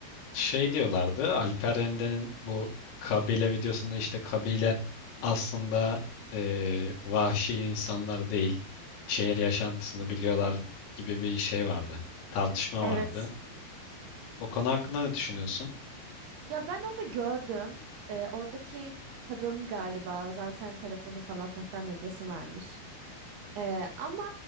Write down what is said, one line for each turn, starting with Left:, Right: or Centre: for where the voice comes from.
Left: şey diyorlardı Alper Rende'nin bu kabile videosunda işte kabile aslında eee, vahşi insanlar değil şehir yaşantısını biliyorlar gibi bir şey vardı tartışma
Right: Evet.
Left: vardı o konu hakkında ne düşünüyorsun?
Right: Ya ben onu gördüm. Ee, oradaki kadın galiba zaten telefonu falan sosyal medyası varmış. Ee, ama